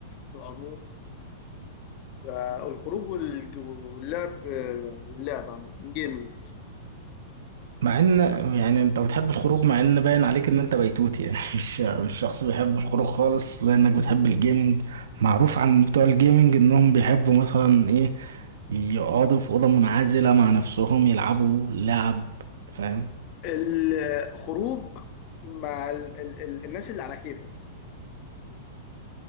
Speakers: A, on the left; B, on the right.
A: في العموم فالخروج والج- واللعب واللعب عامة جيمنج شوية
B: مع ان يعني انت بتحب الخروج مع ان باين عليك ان انت بيتوت يعني <laughs> مش مش شخص بيحب الخروج خالص لانك بتحب الجيمنج معروف عن بتوع الجيمنج انهم بيحبوا مثلا ايه يقعدوا في أوضة منعزلة مع نفسهم يلعبوا لعب فاهم
A: الخروج مع ال ال ال الناس اللي على كيفك